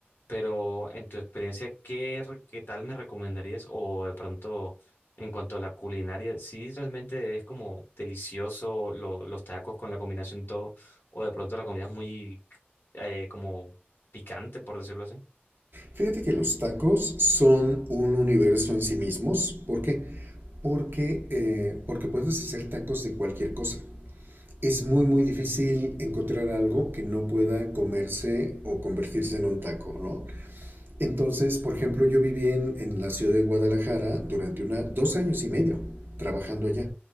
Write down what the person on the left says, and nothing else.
Pero en tu experiencia, ¿qué, re- qué tal me recomendarías? O de pronto, en cuanto a la culinaria, sí realmente es como delicioso lo- los tacos con la combinación todo? ¿O de pronto la comida es muy eh, como picante, por decirlo así?